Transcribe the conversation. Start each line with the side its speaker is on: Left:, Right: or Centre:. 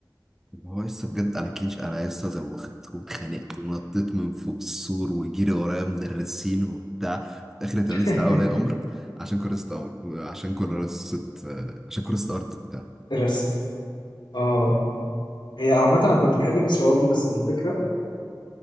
Centre: اللي هو لسه بجد انا كليش انا لسه زوخت واتخانقت ونطيت من فوق السور وجري ورايا مدرسين وبتاع في الاخر اتعمل
Left: <laughs>
Centre: استدعاء ولي امر عشان كرست امر وعشان كرست آه، عشان كرست ارض وبتاع
Left: الرسم اه هي عامة أنا كنت بحب ميس شباب دي بس الفكرة